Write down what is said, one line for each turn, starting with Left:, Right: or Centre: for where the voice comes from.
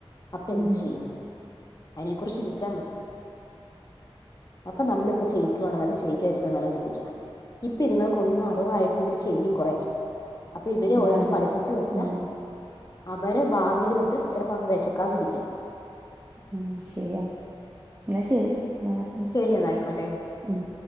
Left: അപ്പൊ എന്ത്
Right: ഉം
Left: ചെയ്യും അയ്നെക്കുറിച്ച് ചിന്തിച്ചാമതി അപ്പൊ നമ്മളിപ്പോ ചെയ്യിക്കുവാണോ അല്ല ചെയിക്കാതിരിക്ക്‌ന്നാണോ ചിന്തിക്ക്യ ഇപ്പൊ ഇതുങ്ങൾക്ക് ഒന്നും അറിവായിട്ടില്ല ഇവര് ചെയ്യും കൊറേഒക്കെ അപ്പൊ ഇവരെ
Right: അതാണ്
Left: ഓരോന്ന് പഠിപ്പിച്ചു വെച്ചാ
Right: ഉം
Left: അവരെ ഭാവിയിലോട്ട് ചെലപ്പോ അവർക്ക് വെശക്കാതിരിക്ക്യും
Right: ഉം ഉം ശരിയാണ് ഇന്നാ ശരി ഇന്നാ വേറെ എന്താ
Left: ശരി എന്നാ ആയിക്കോട്ടെ
Right: ഉം